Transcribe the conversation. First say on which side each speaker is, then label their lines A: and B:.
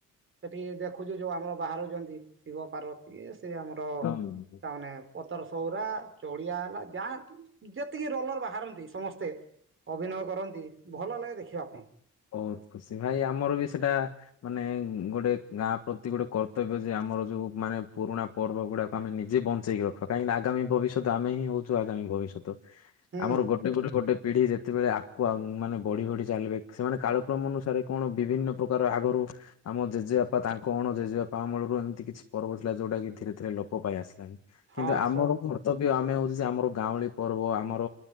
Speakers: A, on the right; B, on the left.
A: ସେଠି ଦେଖୁଛୁ ଯୋଉ ଆମର ବାହାରୁଛନ୍ତି ଶିବ ପାର୍ବତୀ। ଆମର
B: ହଁ।
A: ତାମାନେ ପତର ସଉରା ଚଡିଆ ହେଲା ଯାହା ଯେତିକି ରୋଲର ବାହାରନ୍ତି ସମସ୍ତେ ଅଭିନୟ କରନ୍ତି ଭଲ ଲାଗେ ଦେଖିବା ପାଇଁ।
B: ବହୁତ ଖୁସି ଭାଇ ଆମର ବି ସେଇଟା ମାନେ ଗୋଟେ ଗାଁ ପ୍ରତି ଗୋଟେ କର୍ତ୍ତବ୍ୟ ଯେ ଆ ଆମର ଯୋଉ ମାନେ ପୁରୁଣା ପର୍ବ ଗୁଡାକୁ ଆମେ ନିଜେ ବଞ୍ଚେଇକି ରଖ କାହିଁକିନା ଆଗାମୀ ଭବିଷ୍ୟତ ଆମେ ହିଁ ହଉଛୁ ଆଗାମୀ ଭବିଷ୍ୟତ
A: ହୁଁ
B: ଆମର ଗୋଟେ ପରେ ଗୋଟେ ପିଢି ଯେତେବେଳେ ଆଗକୁ ଆଗକୁ ମାନେ ବଢି ବଢି ଚାଲିବେ। ସେମାନେ କାଳକ୍ରମ ଅନୁସାରେ କଣ ବିଭିନ୍ନ ପ୍ରକାର ଆଗରୁ ଆମ ଜେଜେବାପା ତାଙ୍କ ଅଣ ଜେଜେବାପା ଅମଳ ଏମିତି କିଛି ପର୍ବ ଥିଲା ଯୋଉଟା କି ଧୀରେ ଧୀରେ ଲୋପ ପାଇ ଆସିଲାଣି
A: ହଁ
B: କିନ୍ତୁ ଆମର
A: ସ
B: କର୍ତ୍ତବ୍ୟ ଆମେ ଆମର ଗାଉଁଳି ପର୍ବ ଆମର